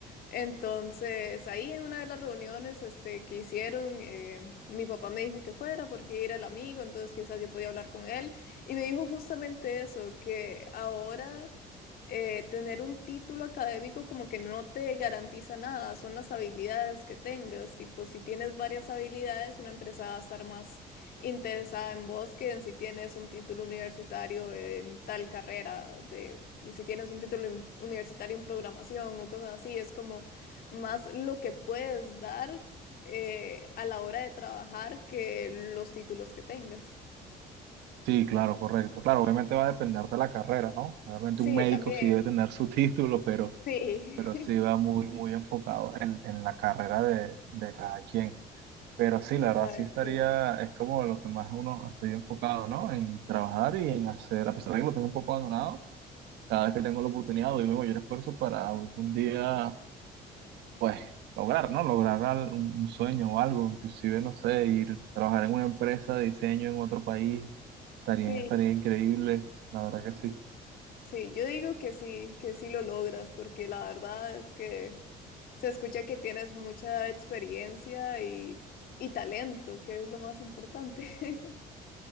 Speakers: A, on the left (about 65°); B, on the right (about 85°).
A: entonces ahí en una de las reuniones, este, que hicieron, eh, mi papá me dijo que fuera porque era el amigo, entonces quizás yo podía hablar con él y me dijo justamente eso, que ahora eh, tener un título académico como que no te garantiza nada, son las habilidades que tengas. Tipo, si tienes varias habilidades, una empresa va a estar más interesada en vos que en si tienes un título universitario en tal carrera de... Si tienes un título in- universitario en programación o cosas así, es como más lo que puedes dar eh, a la hora de trabajar que los títulos que tengas.
B: Sí, claro, correcto. Claro, obviamente va a depender de la carrera, ¿no? Obviamente
A: Sí,
B: un médico
A: también.
B: sí debe tener su <laughs> título, pero
A: Sí,
B: sí
A: <laughs>
B: va muy, muy enfocado en, en la carrera de, de cada quien. Pero sí,
A: exacto.
B: la verdad sí estaría, es como lo que más uno estoy enfocado, ¿no? En trabajar y en hacer, a pesar de que lo tengo un poco abandonado, cada vez que tengo la oportunidad doy mi mayor esfuerzo para algún día, pues, lograr, ¿no? Lograr al- un, un sueño o algo, inclusive, no sé, ir a trabajar en una empresa de diseño en otro país, estaría,
A: Sí.
B: estaría increíble, la verdad que sí.
A: Sí, yo digo que sí, que sí lo logras, porque la verdad es que se escucha que tienes mucha experiencia y, y talento, que es lo más importante. <laughs>